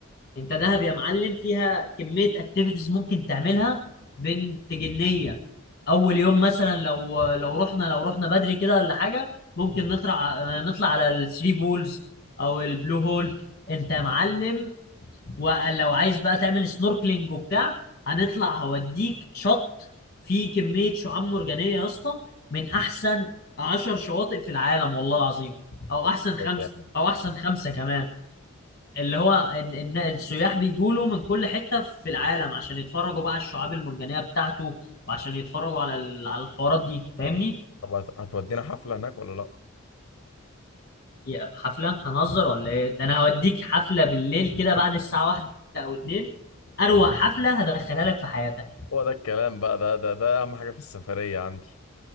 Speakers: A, on the left; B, on the left.
A: انت دهب يا معلم فيها كمية اكتيفيتيز ممكن تعملها بنت جنية اول يوم مثلا لو لو رحنا لو رحنا بدري كده ولا حاجة ممكن نطلع نطلع على الثري بولز او البلو هول انت يا معلم ولو عايز بقى تعمل سنوركلينج وبتاع هنطلع هوديك شط فيه كمية شعاب مرجانية يا اسطى من احسن عشر شواطئ في العالم والله العظيم او
B: طب
A: احسن خمس
B: كويس يعني.
A: او احسن خمسة كمان اللي هو ان ان السياح بيجوا من كل حته في العالم عشان يتفرجوا بقى على الشعاب المرجانيه بتاعته وعشان يتفرجوا على ال- على الحوارات دي فاهمني
B: طب هت- هتودينا حفلة هناك ولا لا
A: يا حفله هنهزر ولا ايه ده انا هوديك حفله بالليل كده بعد
B: <laughs>
A: الساعه واحدة او اتنين اروق حفله هدخلها لك في حياتك
B: هو ده الكلام بقى ده ده ده اهم حاجة في السفرية عندي